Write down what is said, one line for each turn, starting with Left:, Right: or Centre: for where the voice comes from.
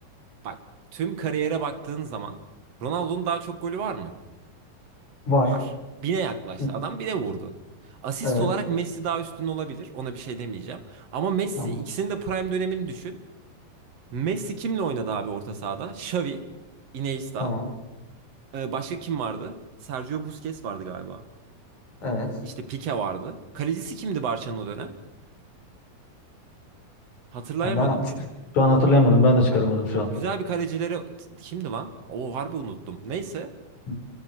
Right: Bak tüm kariyere baktığın zaman Ronaldo'nun daha çok golü var mı?
Left: Var.
Right: Var. Bine yaklaştı.
Left: Hı.
Right: Adam bine vurdu. Asist
Left: Evet.
Right: olarak Messi daha üstün olabilir. Ona bir şey demeyeceğim. Ama Messi
Left: Tamam.
Right: ikisinin de prime dönemini düşün. Messi kimle oynadı abi orta sahada? Xavi, Iniesta.
Left: Tamam.
Right: Ee, başka kim vardı? Sergio Busquets vardı galiba.
Left: Evet.
Right: İşte Pique vardı. Kalecisi kimdi Barça'nın o dönem? Hatırlayamadım.
Left: Yani ben çık- şu an hatırlayamadım. Ben de çıkaramadım şu
Right: Güzel
Left: an.
Right: bir kalecileri t- kimdi lan? O harbi unuttum. Neyse.
Left: Hı hı.